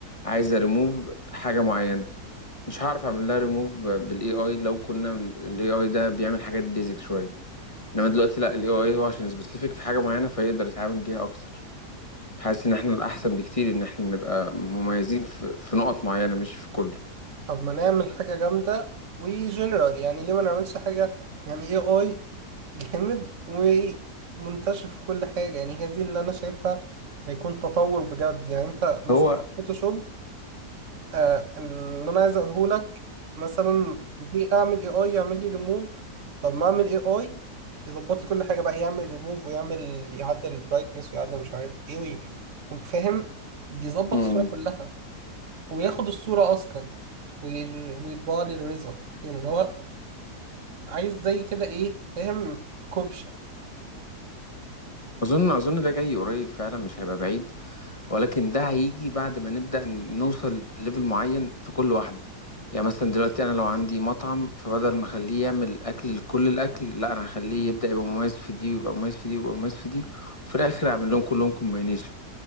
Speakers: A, on the left; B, on the right.
A: عايز ريموف حاجه معينه مش هعرف اعمل لها ريموف بالاي اي لو كنا الاي اي ده بيعمل حاجات بيزك شويه انما دلوقتي لا الاي اي هو عشان سبيسيفيك في حاجه معينه فيقدر يتعامل بيها اكتر حاسس ان احنا الاحسن بكتير ان احنا نبقى مميزين في في نقط معينه مش في كله
B: طب ما نعمل حاجه جامده وجنرال يعني ليه ما نعملش حاجه يعني اي اي جامد ومنتشر في كل حاجه يعني هي دي اللي انا شايفها هيكون تطور بجد يعني انت مثلا
A: هو
B: في الفوتوشوب آه اللي انا عايز اقوله لك مثلا ليه اعمل اي اي يعمل لي ريموف طب ما اعمل اي اي يظبط لي كل حاجه بقى يعمل ريموف ويعمل يعدل البرايتنس ويعدل مش عارف ايه وي- فاهم يظبط
A: امم
B: الصوره كلها وياخد الصوره اصلا وير- ويطبع لي الريزلت يعني اللي هو عايز زي كده ايه فاهم كوبشه
A: اظن اظن ده جاي قريب فعلا مش هيبقى بعيد ولكن ده هيجي بعد ما نبدأ نوصل لليفل معين في كل واحدة يعني مثلا دلوقتي أنا لو عندي مطعم فبدل ما أخليه يعمل أكل لكل الأكل لا أنا هخليه يبدأ يبقى مميز في دي ويبقى مميز في دي ويبقى مميز في دي وفي الآخر أعمل لهم كلهم كومباينيشن